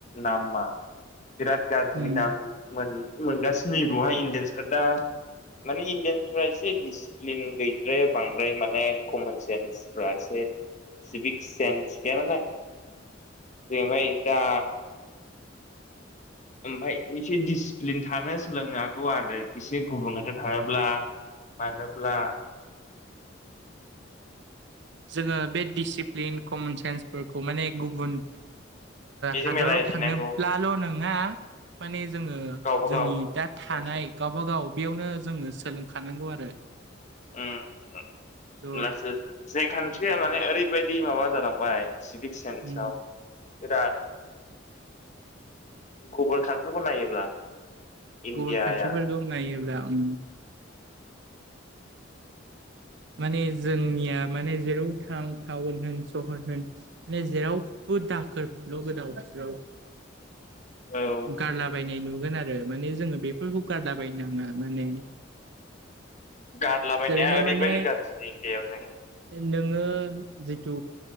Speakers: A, on the left; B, on the right.
A: नामा, बिराद गाज्रि
B: उम
A: दाम मोनगासिनो बहाय इण्डियानसफ्रा दा माने इण्डियानसफ्रा एसे दिडिसिप्लिन गैद्राया बांद्राय माने कमन सेन्स मानसिफ्रा एसे सिभिक सेन्स गैया नालाय जाहैबाय दा ओमफफ्राय एसे दिडिसिप्लिन थानो सोलोंनो हागौ आरो एसे गुबुंथ' थाङोब्ला <unintelligible>
B: जोङो बे डिसिप्लिन कमन सेन्सफोरखौ माने गुबुन
A: एसे
B: हादराव
A: मिलायहैनांगौ
B: थांनोबब्ला हेल' नङा माने जोङो
A: गावबा
B: जोंनि
A: गाव
B: दा थानाय
A: कान्ट्रियाव
B: गावबाागाव बेयावनो जोङो सोलोंखानांगौ आरो।
A: होमब्लासो
B: थ'
A: जेंखान्थि्रिया माने ओरैबायदि माबा जालांबाय सिभिक सेन्सआव
B: उम
A: बिराज गुबुन कान्ट्रिखौ नायोब्ला इण्डियाया
B: गुबुन कान्टिफोरखौ नायोब्ला ओ माने जोंनिया माने जेराव थां टाउन होन सहर होन माने जेरावबो दाखोरल' गोदाव सोराव
A: औ
B: गारलाबायायनाय नुगोन आरो माने जोङो बेफोरखौ गारलाबायायनो नाङा माने
A: गारलाबायनाया
B: जेरैहाय
A: ओरैबायदि
B: माने
A: गाज्रि इण्डिायाव जोङो
B: नोङो जिथु